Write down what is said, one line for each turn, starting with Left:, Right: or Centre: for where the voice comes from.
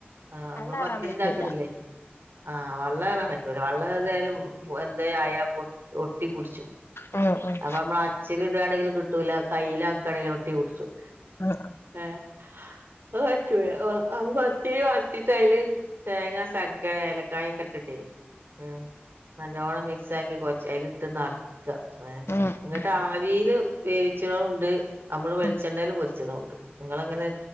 Right: ആഹ് നമ്മള്
Left: വെള്ളാറാൻ
Right: പത്തിരി
Left: പറ്റൂല
Right: ഇതാക്ക്ണ്ല്ലേ ആഹ് വെള്ളം ഏറാൻ വെള്ളം ഏറിയാലും എന്തെ ആയ ഒട്ടിപ്പുട്ച്ചും
Left: ഉം ഉം
Right: അപ്പൊ അമ്മള് ച്ച്ല് ഇടാണെങ്കില് കിട്ടൂല കയ്യില് ആക്കാണെങ്കില് ഒട്ടി പിടിച്ചും
Left: ഉം
Right: ഏഹ് അത് പറ്റുല്ല പത്തിരി പരത്തിട്ട് അയില് തേങ്ങ, സർക്കര, ഏലക്കായ്ക്കെ ഇട്ടിട്ടേ ഉം നല്ലോണ്ണം മിക്സാക്കി കൊർച്ച് അതില് ഇട്ട് നർക്ക ഏഹ്
Left: ഉം ഉം
Right: ഇങ്ങട്ടാ അവിയല് വേവിച്ചതും ഉണ്ട് അമ്മള് വെളിച്ചെണ്ണല്
Left: ഉം
Right: പൊരിച്ചതുണ്ട് നിങ്ങളെ അങ്ങനെ